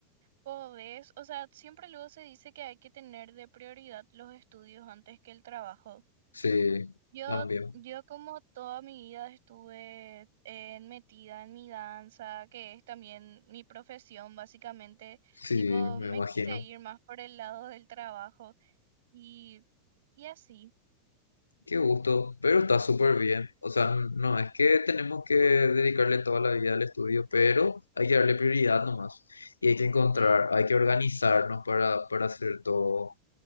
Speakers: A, on the right; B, on the left.
A: Podés, o sea, siempre luego se dice que hay que tener de prioridad los estudios antes que el trabajo.
B: Sí,
A: Yo,
B: también,
A: yo como toda mi vida estuve eh, metida en mi danza, que es también mi profesión, básicamente,
B: sí,
A: tipo,
B: me
A: me
B: imagino.
A: quise ir más por el lado del trabajo y, y así,
B: Qué gusto, pero está súper bien. O sea, n- no es que tenemos que dedicarle toda la vida al estudio, pero hay que darle prioridad nomás. Y hay que encontrar,
A: sí,
B: hay que organizarnos para, para hacer todo.